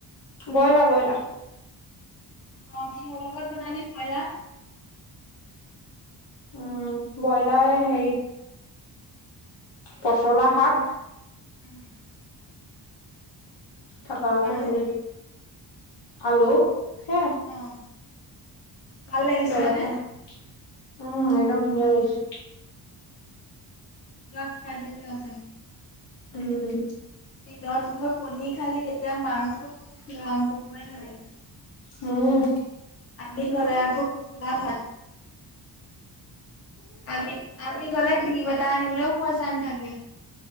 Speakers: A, on the left; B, on the left.
A: বইলা বইলাৰ।
B: অ কিহ লগত বনালি বইলা?
A: উম বইলাৰ হেই পচলা শাক
B: ও <unintelligible>
A: তাপা আকৌ
B: আৰু?
A: হেৰি, আলু, সেয়া।
B: অ', ভাল লাগিছিলে
A: ব <unintelligible>
B: নে?
A: উম একদম ছোনিয়া লাগিছে।
B: পোৰা খাই দিলি আৰু চাগে।
A: উম <unintelligible>
B: দিনত গৈ পনী খালি, এতিয়া মাংস, ফুৰা কবই নালাগে।
A: অ <unintelligible>
B: আমি গলে আকৌ <unintelligible> ভাত। আমি আমি গ'লে দিম এটা আনিবলৈও পইছা নাথাকে।